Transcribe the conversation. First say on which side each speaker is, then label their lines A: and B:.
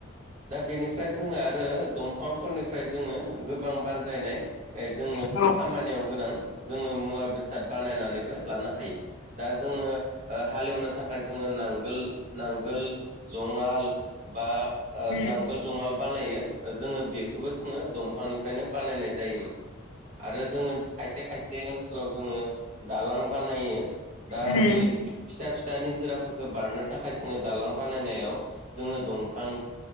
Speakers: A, on the right; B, on the left.
A: दा बेनिफ्राय जोङो आरो दंफांफोरनिफ्राय जोङो गोबां बानजायनाय जोङो।
B: औ
A: खामानियाव गोनां जोङो मुवा बेसाद बानायनानैबो लानो हायो। दा जोङो हालेवनो थाखाय जोङो नांगोल नांगोल जंगाल। बा
B: औ
A: नांगोल जंगाल बानायो जोङो बेखौबो जोङो दंफांनिफ्रायनो बानायनाय जायोमोन। आरो जोङो खायसे खायसे ओनसोलाव जोङो दालां बानायो। दा
B: उम
A: बै फिसा फिसा निजोराफोरखौ बारनो थाखाय जोङो दालां बानायनायाव जोङो दंफां